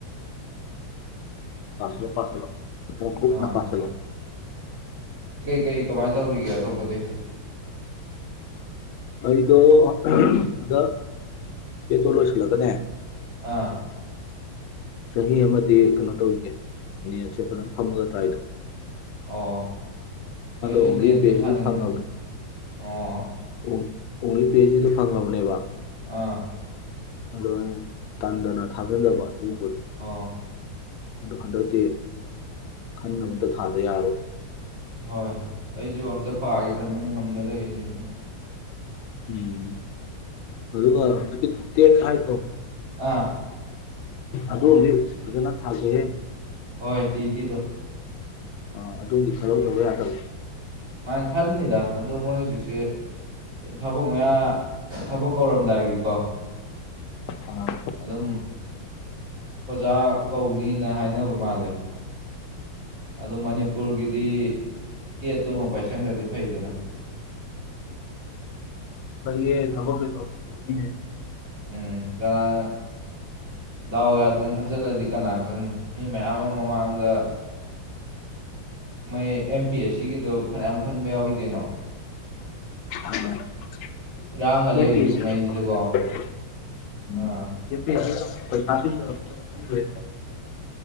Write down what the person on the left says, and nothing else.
ꯄꯥꯁꯤꯜꯂꯣ ꯄꯥꯁꯤꯜꯂꯣ ꯈꯔ ꯀꯨꯞꯅ
ꯄꯥꯁꯤꯜꯂꯣ
ꯑꯩꯗ ꯁꯤꯗ ꯕꯦꯗꯇꯣ ꯂꯣꯏꯁꯤꯂꯒꯅꯦ
ꯆꯍꯤ ꯑꯃꯗꯤ ꯀꯩꯅꯣ ꯇꯧꯈꯤꯒꯦ ꯅꯦꯠꯁꯦ ꯐꯖꯅ ꯐꯝꯃꯒ ꯇ꯭ꯔꯥꯏ ꯇꯧꯈꯤ
ꯑꯣꯡꯂꯤ
ꯄꯤ ꯑꯩꯆ
ꯗꯤ ꯐꯪꯉꯕꯅꯦ
ꯑꯣ ꯑꯣꯡꯂꯤ ꯄꯤ ꯑꯩꯆ ꯗꯤ ꯁꯨ ꯐꯪꯂꯕꯅꯦꯕ
ꯑꯗꯣ ꯑꯩꯅ ꯇꯟꯗꯅ ꯊꯥꯖꯤꯟꯗꯕ ꯑꯗꯨꯒꯨꯝꯕ
ꯑꯗꯨ ꯍꯟꯗꯛꯇꯤ ꯈꯟꯅꯕ ꯑꯝꯇ ꯊꯥꯗ ꯌꯥꯔꯔꯣꯏ
ꯎꯝ ꯑꯗꯨꯒ ꯍꯧꯖꯤꯛꯀꯤ ꯇꯦꯠ ꯍꯥꯢꯗꯣ
ꯑꯗꯨ ꯑꯝꯗꯤ ꯐꯖꯅ ꯊꯥꯁꯦꯍꯦ
ꯑꯥ ꯑꯗꯨ ꯑꯝꯗꯤ ꯈꯜꯍꯧꯗꯕ ꯌꯥꯗꯕꯅꯤ
ꯑꯥ
ꯑꯩꯈꯣꯢꯒꯤ ꯊꯕꯛꯇꯣ ꯇꯧꯅꯤꯡꯉꯨꯕꯒꯤꯅꯦ
<unintelligible> ꯑꯝ
ꯄꯤ ꯑꯦꯁ ꯁꯤ
<unintelligible> <unintelligible>